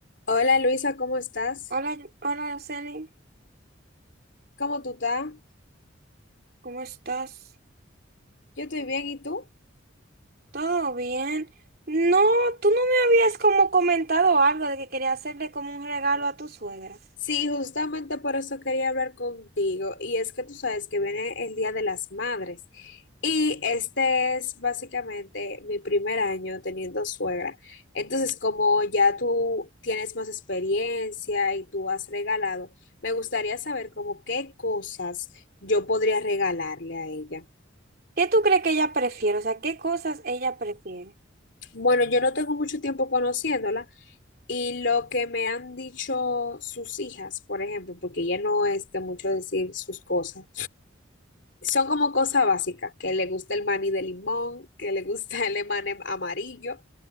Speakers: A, on the left; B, on the right.
A: Hola Luisa, ¿cómo estás?
B: Hola, hola, Araceli,
A: ¿Cómo tú estás?
B: ¿cómo estás?
A: Yo estoy bien, ¿y tú?
B: ¿Todo bien? No, tú no me habías como comentado algo de que quería hacerle como un regalo a tu suegra.
A: Sí, justamente por eso quería hablar contigo. Y es que tú sabes que viene el Día de las Madres. Y este es básicamente mi primer año teniendo suegra. Entonces, como ya tú tienes más experiencia y tú has regalado, me gustaría saber como qué cosas yo podría regalarle a ella.
B: ¿Qué tú crees que ella prefiere? O sea, ¿qué cosas ella prefiere?
A: Bueno, yo no tengo mucho tiempo conociéndola. Y lo que me han dicho sus hijas, por ejemplo, porque ella no es de mucho decir sus cosas, son como cosas básicas, que le gusta el maní de limón, que le gusta el emanem amarillo,